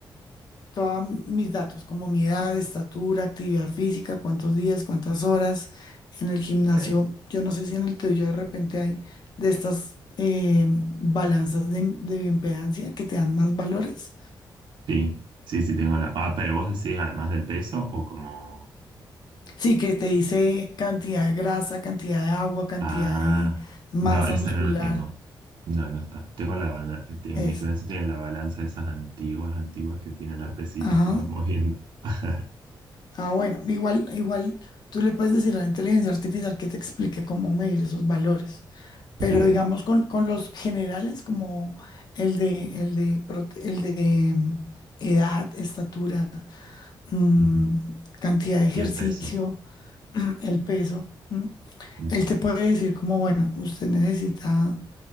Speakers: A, on the left; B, on the right.
A: todos mis datos, como mi edad, estatura, actividad física, cuántos días, cuántas horas en el gimnasio.
B: ok.
A: Yo no sé si en el tuyo de repente hay de estas eh, balanzas de, de bioimpedancia que te dan más valores.
B: Sí, sí, sí tengo la... Ah, pero vos decís además del peso o como...
A: Sí, que te dice cantidad de grasa, cantidad de agua, cantidad
B: Ah,
A: de masa
B: no, esa
A: muscular.
B: no la tengo. No, no está. Tengo la balanza... En
A: es
B: mi gimnasio tiene la balanza de esas antiguas, antiguas que tienen las pesitas
A: Ajá.
B: que vas moviendo. <laughs>
A: Ah, bueno, igual, igual tú le puedes decir a la inteligencia artificial que te explique cómo medir esos valores,
B: Bien.
A: pero digamos con, con los generales como el de, el de, prote- el de mm, edad, estatura, mm,
B: Ujú.
A: cantidad de ejercicio,
B: Y el peso.
A: mm, el peso, mm,
B: Ujú.
A: él te puede decir como, bueno, usted necesita